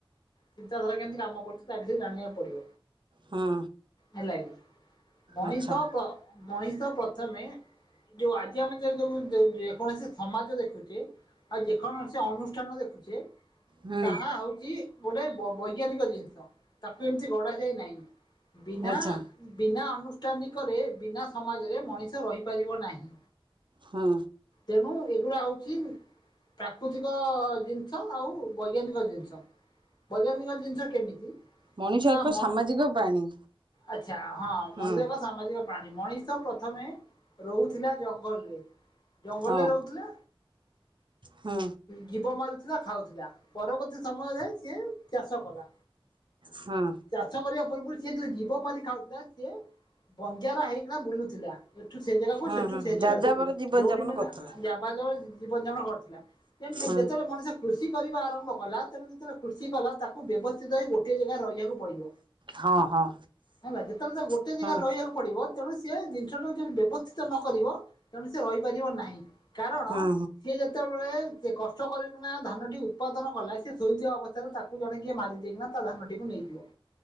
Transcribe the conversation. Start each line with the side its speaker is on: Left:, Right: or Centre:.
Left: ଚିନ୍ତାଧାରା କେମିତି କାମ କରୁଛି ତା ବିଷୟରେ ଜାଣିବାକୁ ପଡିବ।
Right: ହଁ।
Left: ହେଲା କିି ମଣିଷ
Right: ଆଚ୍ଛା
Left: ତ। ମଣିଷ ପ୍ରଥମେ ଯୋଉ ଆଜି ଆମେ ଯଉ ଯୋଉ ଯେକୌଣସି ସମାଜ ଦେଖୁଛେ ଆଉ ଯେକୌଣସି ଅନୁଷ୍ଠାନ ଦେଖୁଛେ-
Right: ହୁଁ
Left: ତାହା ହଉଛି- ଗୋଟେ ବୈଜ୍ଞାନିକ ଜିନିଷ ତାକୁ ଏମିତି ଗଢ଼ା ଯାଏ ନାହିଁ। ବିନା
Right: ଆଚ୍ଛା
Left: ବିନା ବି- ଅନୁଷ୍ଠାନିକରେ ବିନା ସମାଜରେ ମଣିଷ ରହିପାରିବ ନାହିଁ।
Right: ହଁ
Left: ତେଣୁ ଏଗୁଡା ହେଉ- ପ୍ରାକୃତିକ ଜିନିଷ ଆଉ ବୈଜ୍ଞାନିକ ଜିନିଷ। ବୈଜ୍ଞାନିକ ଜିନିଷ କେମିତି?
Right: ମଣିଷ
Left: ନା
Right: ଏକ
Left: ମ
Right: ସାମାଜିକ ପ୍ରାଣୀ।
Left: ଆଚ୍ଛା ହଁ
Right: ହୁଁ
Left: ମଣିଷ ଏକ ସାମାଜିକ ପ୍ରାଣୀ। ମଣିଷ ପ୍ରଥମେ ରହୁଥିଲା ଜଙ୍ଗଲରେ। ଜଙ୍ଗଲରେ
Right: ହଁ
Left: ରହୁଥିଲେ।
Right: ହୁଁ
Left: ଜୀବ ମାଲ- କଞ୍ଚା ଖାଉଥିଲା। ପରବର୍ତ୍ତୀ ସମୟରେ ସିଏ ଚାଷ କଲା।
Right: ହୁଁ
Left: ଚାଷ କରିବା ପୁର୍ବ ରୁ ସେ ଯୋଉ ଜୀବ ମାରି ଖାଉଥିଲା ସେ ବଞ୍ଜାରା ହେଇକିନା ବୁଲୁଥିଲା। ସେଠୁ ସେ ଜାଗାକୁ
Right: ହୁଁ
Left: ସେଠୁ
Right: ହୁଁ
Left: ସେ ଜାଗାକୁ
Right: ଯାଯାବର ଜୀବନ
Left: ଯୋଉଠି
Right: ଯାପନ
Left: ମିଳିଲା
Right: କରୁଥିଲା
Left: ଯା ଵା ଯାଉ ଜୀବନ ଯାପନ କରି ଲା। ଯାଇ
Right: ହୁଁ
Left: ଯେତେବେଳେ ମଣିଷ କୃଷି କରିବା ରମ୍ଭ କଲା ତେଣୁ ଯେତେବେଳେ କୃଷି କଲା ତାକୁ ବ୍ୟବସ୍ଥିତ ହେଇ ଗୋଟଏ ଜାଗାରେ ରହିବାକୁ ପଡିବ।
Right: ହଁ ହଁ
Left: ଇଁଲା ଯେତେବେଳେ ତା ଗୋଟେ
Right: ହଁ
Left: ଜାଗାରେ ରହିବାକୁ ପଡିବ ତେଣୁ ସ ସେ ଜିନିଷ ଟାକୁ ଯଦି ବ୍ୟବସ୍ଥିତ ନ କରିବ ତେଣୁ ସେ ରହିପାରିବ ନାହିଁ। କାରଣ
Right: ହଁ
Left: ସିଏ ଯେତେବେଳେ ସେ କଷ୍ଟ କରି ନା ଧାନଟି ଉତ୍ପାଦନ କଲା ସେ ଶୋଇଥିବା ଅବସ୍ଥାରେ ତାକୁ ଜଣେ କିଏ ମାରି ଦିନା ତା ଧାନଟିିକକୁ ନେଇଯିବ।